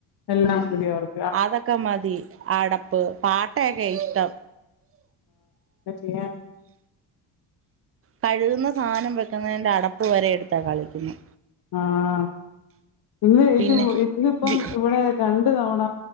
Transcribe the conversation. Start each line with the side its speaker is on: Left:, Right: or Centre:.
Left: എല്ലാം <unintelligible>
Right: അതൊക്കെ മതി അടപ്പ് പാട്ടയൊക്കെയാ ഇഷ്ടം
Left: എന്താ ചെയ്യാ
Right: കഴുകുന്ന സാധനം വെക്കുന്നതിന്റെ അടപ്പ് വരെ എടുത്താ കളിക്കുന്നെ
Left: ആഹ് ഇന്ന്
Right: പിന്നെ
Left: ഇത് ഇന്നിപ്പം
Right: വി
Left: ഇവിടെ രണ്ടു തവണ